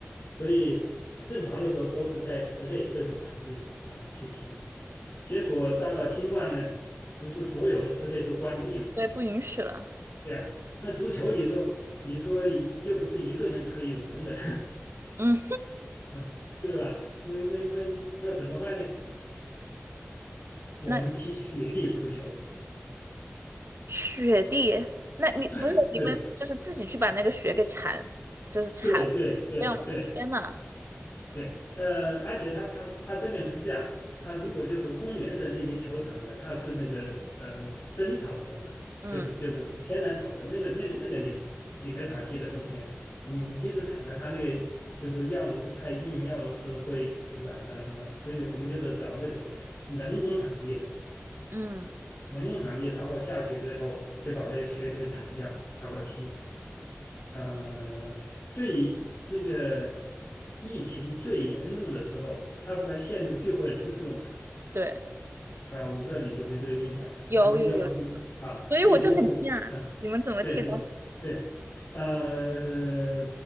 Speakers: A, on the left (about 55°); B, on the right (about 55°).
A: 所以正常的时候都是在室内这种场地啊去踢。结果到了新冠呢，不是所有的室内都关闭嘛，
B: 对，不允许了。
A: 对吧？那足球你说你说又不是一个人可以玩的，
B: 嗯，
A: <laughs> 对吧？那那那那怎么办呢？我们踢雪地足球，
B: 那雪地，那你不是你们就是自己去把那个雪给铲，
A: <laughs>
B: 就是铲
A: 对对对对。
B: 掉？
A: 对
B: 天呐，
A: 对，呃，而且他他他这边是这样，他如果就是公园的那些球场呢，它是那个呃真草的嘛，
B: 嗯
A: 就是就是是天然草的，那个那个那个你你没法踢的，冬天你你即使铲了它那个，就是要么是太硬，要么是会软呐、什么所以我们就得找那种人工场地的，
B: 嗯，
A: 人工场地，然后下雪了以后就把那个雪给铲掉，然后踢。呃，最那个疫情最严重的时候，他不是还限制聚会人数嘛？
B: 对，
A: 啊，我不知道你有没有这个印象，
B: 有有有。
A: 反正就好像是啊，
B: 所以我就很惊讶，
A: 最多是啊，
B: 你们怎么踢龙？
A: 对对对，呃，